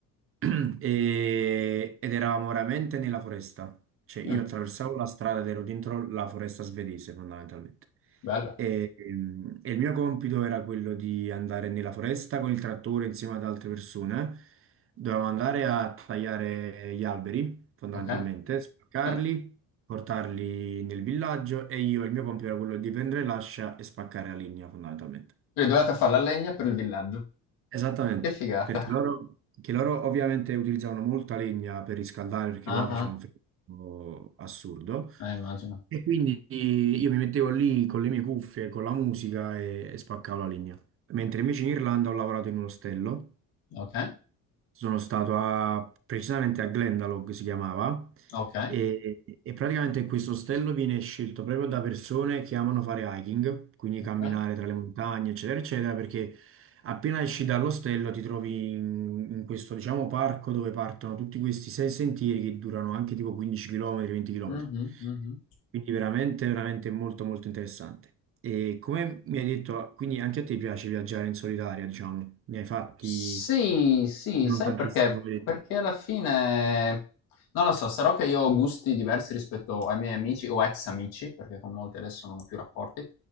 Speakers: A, on the right; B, on the left.
A: <clears throat> e- ed eravamo veramente nella foresta. Cioè io
B: Mh,
A: attraversavo la strada ed ero dentro la foresta svedese fondamentalmente.
B: bella.
A: E, ehm, e il mio compito era quello di andare nella foresta con il trattore insieme ad altre persone. Dovevamo andare a tagliare gli alberi fondamentalmente,
B: Okay,
A: spaccarli
B: sì.
A: portarli nel villaggio e io il mio compito era quello di prendere l'ascia e spaccare la linea fondamentalmente.
B: Quindi dovevate far la legna per il villaggio.
A: Esattamente,
B: Che figata.
A: perché loro, che loro ovviamente utilizzavano molta legna per riscaldare perché
B: Ah-ah.
A: là faceva un freddo assurdo
B: Eh, immagino.
A: e quindi io mi mettevo lì con le mie cuffie, con la musica e, e spaccavo la legna. Mentre invece in Irlanda ho lavorato in un ostello
B: Okay,
A: sono stato a, precisamente a Glendalough si chiamava, Mm.
B: okay,
A: e, e praticamente questo ostello viene scelto proprio da persone che amano fare hiking, quindi camminare
B: okay.
A: tra le montagne, eccetera, eccetera, perché appena esci dall'ostello ti trovi in, in questo, diciamo, parco dove partono tutti questi sei sentieri che durano anche tipo 15 km, 20 km.
B: Mh-mh, mh-mh.
A: Quindi veramente, veramente molto, molto interessante. E come mi hai detto, quindi anche a te piace viaggiare in solitaria, diciamo, ne hai fatti...
B: Sì, sì,
A: Non
B: sai
A: tantissimi,
B: perché?
A: come hai detto.
B: Perché alla fine, non lo so, sarò che io ho gusti diversi rispetto ai miei amici o ex amici, perché con molti adesso non ho più rapporti,